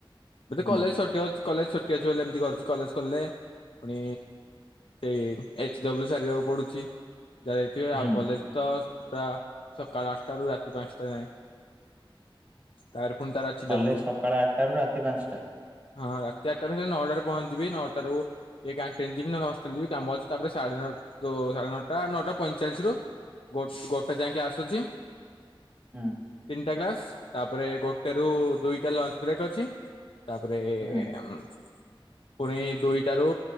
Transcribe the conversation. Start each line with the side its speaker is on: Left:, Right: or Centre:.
Right: ହୁଁ
Left: କଲେଜ୍ ଛିଟି ଅଛି କଲେଜ୍ ଛୁଟି ଅଛି ବୋଲି ଏମିତି କରୁଛି କଲେଜ୍ ଖେଲିଲେ ପୁଣି ଏଇ ଏଚ୍ ଡବ୍ଲୁ ସାରିବାକୁ ପଡୁଛି ଯା ଇକି
Right: ହୁଁ
Left: ଆଉ କଲେଜ୍ ତ ପୁରା ସକାଳ ଆଟାରୁ ରାତି ପାଞ୍ଚଟା ଯାଏ ତାର ପୁଣି ତାର ଆଚ୍ଚ
Right: କଲେଜ
Left: ଡବ୍ଲୁ
Right: ସକାଳ ଆଠଟା ରୁ ରାତି ପାଞ୍ଚଟା।
Left: ହଁ ରାତି ଆଟାରେ ହେଲେ ନଅଟାରେ ପହଞ୍ଚିବି ନଅଟାରୁ ଏ କେଂଟିନି ଯିବି ନେହେଲେ ହଷ୍ଟେଲ୍ ଯିବି କାମ ଅଛି ତାପରେ ସାଢେ ଯଉ ସାଢେ ନଅଟା ନଅଟା ପଇଁଚାଳିଶ ରୁ ଗୋଟ ଗୋଟେ ଯାଏ କ୍ଲାସ୍ ଅଛି
Right: ହୁଁ
Left: ତିନିଟା କ୍ଲାସ୍ ତାପରେ ଗୋଟେ ରୁ ଦୁଇଟା ଲଞ୍ଚ୍ ବ୍ରେକ୍ ଅଛି ତାପରେ ଏ
Right: ହୁଁ
Left: ଅମ୍ମ ପୁଣି ଦୁଇଟାରୁ